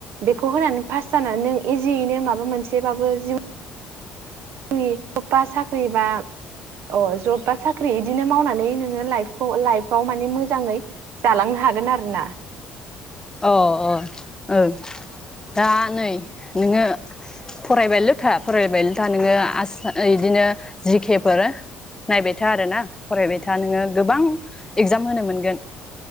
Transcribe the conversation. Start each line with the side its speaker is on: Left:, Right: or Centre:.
Right: बेखौ होनानै पास जानानै नों इजियैनो माबा मोनसेबाबो जिउ <unintelligible> जब बा साख्रि बा अ जब बा साख्रि इदिनो मावनानै नोङो लाइफखौ लाइफआव मान मोजाङै जालांनो हागोन आरोना।
Left: अ अ ओं दा नै नोङो फरायबायल'था फरायबायल'था नोङो आस इदिनो जि केे फोर नायबाय था आरोना फरायबाय था नोङो गोबां एगजाम होनो मोनगोन।